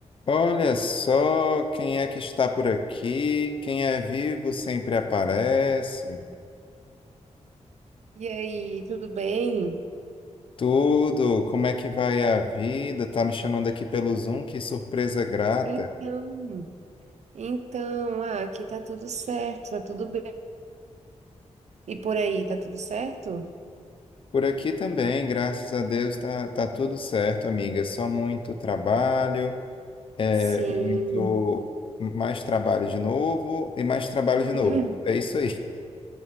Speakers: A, on the left; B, on the right.
A: Olha só quem é que está por aqui. Quem é vivo sempre aparece.
B: E aí, tudo bem?
A: Tudo, como é que vai a vida? Tá me chamando aqui pelo Zoom, que surpresa grata.
B: Então, então, ah, aqui tá tudo certo, tá tudo bem. E por aí, tá tudo certo?
A: Por aqui também, graças a Deus, tá, tá tudo certo, amiga. Só muito trabalho, é,
B: Sim,
A: muito mais trabalho de novo e mais trabalho de
B: <laughs>
A: novo. É isso aí. <laughs>